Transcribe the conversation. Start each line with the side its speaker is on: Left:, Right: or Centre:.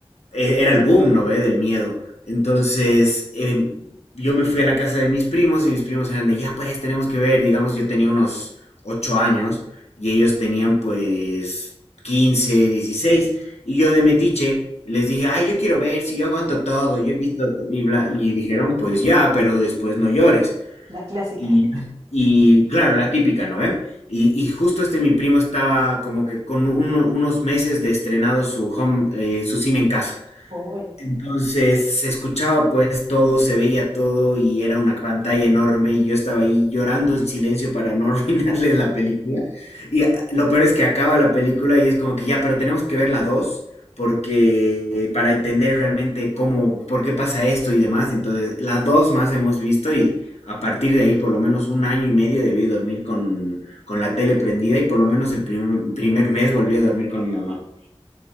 Left: eh, era el boom, ¿no ve? Del miedo. Entonces, eh, yo me fui a la casa de mis primos y mis primos eran de, ya pues, tenemos que ver, digamos, yo tenía unos ocho años y ellos tenían pues 15, 16 y yo de metiche les dije, ay, yo quiero ver si yo aguanto todo, yo he visto y, bla- y dijeron, pues ya, pero después no llores.
Right: La clásica.
Left: Y, y claro, la típica, ¿no? ve? Y, y justo este mi primo estaba como que con uno- unos meses de estrenado su home, eh, su cine en casa.
Right: Uy.
Left: Entonces se escuchaba pues todo, se veía todo y era una pantalla enorme y yo estaba ahí llorando en silencio para no <laughs> arruinarles la película. Y a- lo peor es que acaba la película y es como que ya, pero tenemos que ver la 2 porque para entender realmente cómo, por qué pasa esto y demás. Entonces la 2 más hemos visto y a partir de ahí por lo menos un año y medio debí dormir con, con la tele prendida y por lo menos el primer, primer mes volví a dormir con mi mamá.